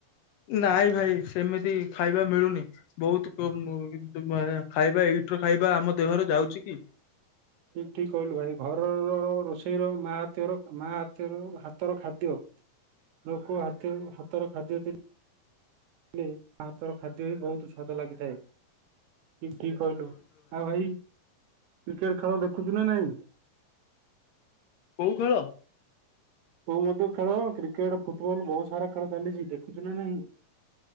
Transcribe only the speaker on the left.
ନାଇଁ ଭାଇ ସେମିତି ଖାଇବା ମିଳୁନି ବହୁତ ଖାଇବା ଏଇଠୀ ଖାଇବା ଆମ ଦେହରେ ଯାଉଚି କି।
କୋଉ ଖେଳ।